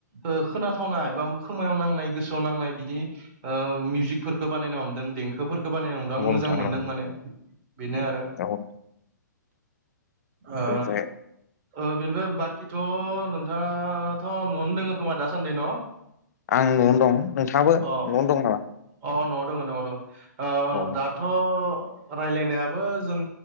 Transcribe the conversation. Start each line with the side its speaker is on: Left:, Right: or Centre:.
Right: ओ खोनाथावनाय बा खोमायाव नांनाय गोसोआव नांनाय बिदि मिउजिकफोरखौ बानायनो हमदों देंखोफोरखौ बानायनो हमदों आं मोजां
Left: नोंथां
Right: मोनदों
Left: नंगौ
Right: माने बेनो आरो
Left: औ
Right: ओ
Left: बेनिफ्राय
Right: ओ बेनिफ्राय बाखिथ' नोंथाङाथ' न'आवनो दङ खोमा दासान्दि न'
Left: आं न'आवनो दं नोंथाङाबो
Right: अ
Left: न'आवनो दं नामा
Right: अ न'आव दङ न'आव ओ दाथ'
Left: औ
Right: दाथ' रायलायनायाबो जों